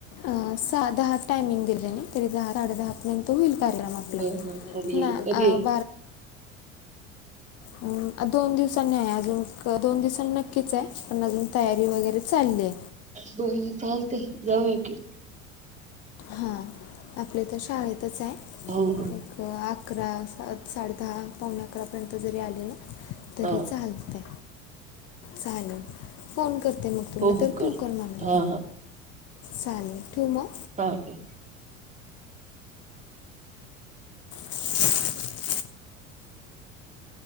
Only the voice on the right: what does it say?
बर आणि
कधी
बर चालतय जाऊया की
हो हो
हा
हो
हो
हा
हठेव